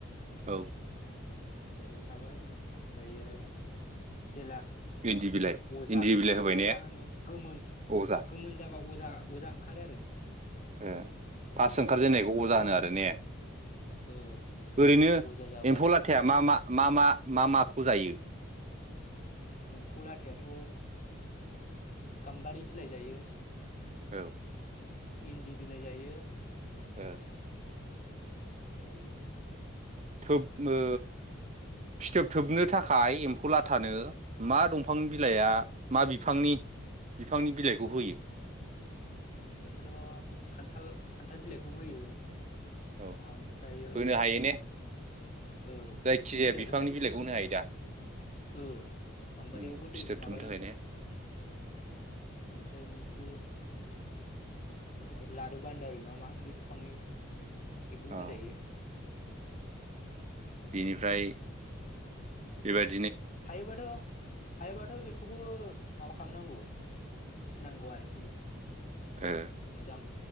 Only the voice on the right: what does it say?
औ
इन्दि बिलाइ
इन्दि बिलाइ होबाय
ने
अजा
ओ
फास ओंखारजेननायखौ
अजा होनो आरो ने
ओरैनो
एम्फौ लाथाया
मा मा मा मा मा माखौ जायो?
औ
ओ
थोब ओ फिथोब थोबनो थाखाय एम्फौ ला थानो मा दंफांनि बिलाइआ मा बिफांनि बिफांनि बिलाइखौ होयो? <inaudible>
औ
होनो हायो ने
जायखिजाया
बिफांनि
होनो हायो दा
उम फिथोब
थोबनो थाखाय ने
औ
बिनिफ्राय बेबायदि
ओ